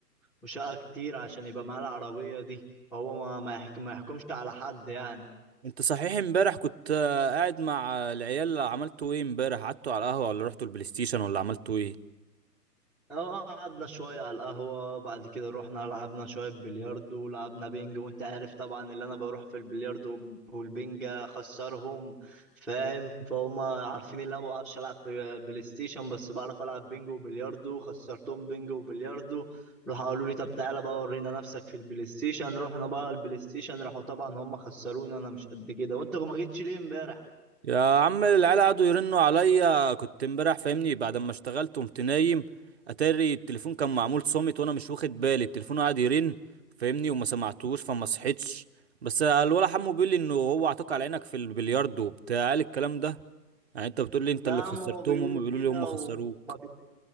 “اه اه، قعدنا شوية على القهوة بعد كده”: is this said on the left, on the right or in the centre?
Centre